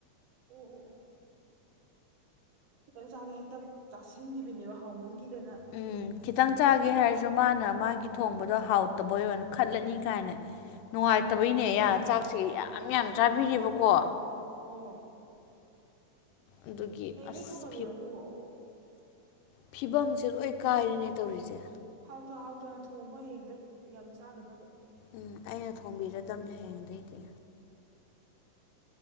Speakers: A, on the right (about 55°); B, on the left (about 85°).
A: ꯎ ꯎ ꯎ ꯈꯤꯇꯪ ꯆꯥꯒ ꯍꯦꯛꯇ ꯆꯥꯁꯤꯟꯈꯤꯕꯅꯦꯕ ꯍꯥꯎꯃꯟꯈꯤꯗꯅ
B: ꯎꯝ ꯈꯤꯇꯪ ꯆꯥꯒꯦ
A: ꯍꯌꯦꯡꯈꯩ ꯊꯣꯡꯉ
B: ꯍꯥꯏꯔꯁꯨ ꯃꯥꯅ ꯃꯥꯒꯤ ꯊꯣꯡꯕꯗꯣ ꯍꯥꯎꯠ ꯇꯧꯕꯣꯅ ꯈꯜꯂꯅꯤ ꯀꯥꯏꯅ ꯅꯨꯡꯉꯥꯏꯇꯕꯩꯅꯦ
A: ꯑꯥ
B: ꯆꯥꯛꯁꯦ ꯌꯥꯝ ꯌꯥꯝ ꯆꯥꯕꯤꯕꯀꯣ
A: ꯑꯣ
B: ꯑꯗꯨꯒꯤ
A: ꯍꯌꯦꯡꯒꯩ
B: ꯑꯁ
A: ꯊꯣꯡꯍꯜꯂꯨꯔꯅꯨꯕ
B: ꯐꯤꯕꯝꯁꯦ ꯂꯣꯏ ꯀꯥꯏꯔꯤꯅꯦ ꯇꯧꯔꯤꯁꯦ
A: ꯍꯥꯎꯇ ꯍꯥꯎꯇꯅ ꯊꯣꯡꯉꯣ ꯍꯌꯦꯡꯗ ꯌꯥꯝ ꯆꯥꯗꯅꯕ
B: ꯎꯝ ꯑꯩꯅ ꯊꯣꯡꯕꯤꯔꯗꯗꯝꯅꯦ ꯍꯌꯦꯡꯗꯩꯗꯤ